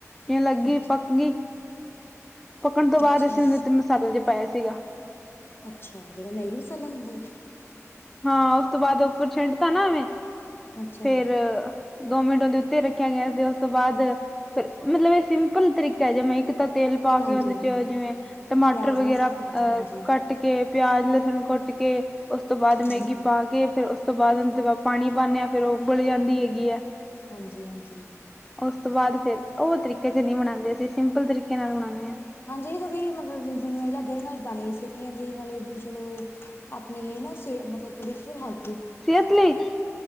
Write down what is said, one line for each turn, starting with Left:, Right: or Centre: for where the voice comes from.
Centre: ਜ ਲੱਗੀ
Left: ਅੱਛਾ
Centre: ਪੱਕ ਗਈ, ਪੱਕਣ ਤੋਂ ਬਾਅਦ
Left: ਅੱਛਾ
Centre: ਅਸੀਂ ਉਹਦੇ ਉਤੇ ਮਸਾਲਾ ਜੇ ਪਾਇਆ ਸੀਗਾ।
Left: ਅੱਛਾ, ਜਿਹੜਾ ਮੈਗੀ ਮਸਾਲਾ ਹੁੰਦਾ ਜੀ।
Centre: ਹਾਂ, ਉਸ ਤੋਂ ਬਾਅਦ ਉੱਪਰ ਛੱਡ ਤਾ ਨਾ ਐਵੇਂ,
Left: ਅੱਛਾ
Centre: ਫੇਰ
Left: ਜੀ
Centre: ਦੋ ਮਿੰਟ ਉਹ ਦੇ ਉੱਤੇ ਰੱਖਿਆ ਗਿਆ ਸੀ ਤੇ ਉਸ ਤੋਂ ਬਾਅਦ ਫਿਰ ਮਤਲਬ ਇਹ ਸਿੰਪਲ ਤਰੀਕਾ ਜਿਵੇਂ ਇੱਕ ਤਾਂ ਤੇਲ ਪਾ
Left: ਹਾਂਜੀ
Centre: ਕੇ ਉਹਦੇ ਚ
Left: ਹਾਂਜੀ
Centre: ਜਿਵੇਂ ਟਮਾਟਰ
Left: ਪਿਆਜ਼
Centre: ਵਗੈਰਾ
Left: ਲਸਣ
Centre: ਅਹ
Left: ਪਾ ਦੇਣਾ ਹਾਂਜੀ
Centre: ਕੱਟ ਕੁੱਟ ਕੇ ਪਿਆਜ਼, ਲਸਣ ਕੁੱਟ ਕੇ ਉਸ ਤੋਂ ਬਾਅਦ
Left: ਹਾਂਜੀ
Centre: ਮੈਗੀ ਪਾ ਕੇ ਫਿਰ ਉਸ ਉਸ ਤੋਂ ਬਾਅਦ ਤੇ ਬਾ ਪਾਣੀ ਪਾਂਨੇ ਆ ਫੇਰ ਉਬਲ ਜਾਂਦੀ ਹੈਗੀ ਐ।
Left: ਹਾਂਜੀ-ਹਾਂਜੀ।
Centre: ਉਸ ਤੋਂ ਬਾਅਦ ਫਿਰ ਓ ਤਰੀਕੇ 'ਚ ਨੀ ਬਣਾਦੇ ਅਸੀਂ ਸਿੰਪਲ ਤਰੀਕੇ ਨਾਲ ਬਣਾਨੇ ਆ।
Left: ਹਾਂਜੀ ਏਗਾ ਵੀ ਮਤਲਬ ਬੀਬੀ ਨੂੰ ਏਈ ਲੱਗ ਰੇ ਨਾਲੇ ਪਾਣੀ ਸਿੱਟੀ ਜਾਂਦੀ ਏ ਨਾਲੇ ਵੀ ਚਲੋ ਆਪਣੇ ਲਈ ਨਾ ਸੇ ਮਤਲਬ ਥੋੜੀ ਜੀ ਹਲ
Centre: ਸਿਹਤ ਲਈ,